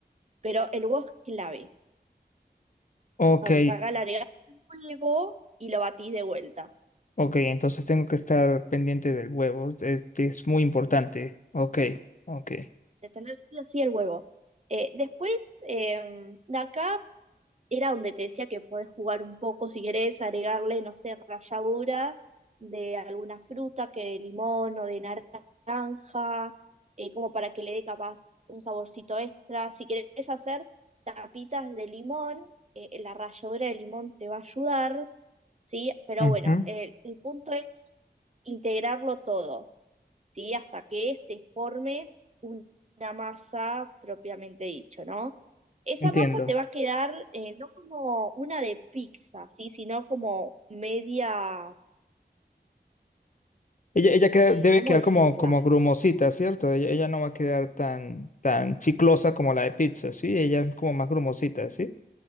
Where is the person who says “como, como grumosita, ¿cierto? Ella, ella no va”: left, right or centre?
Left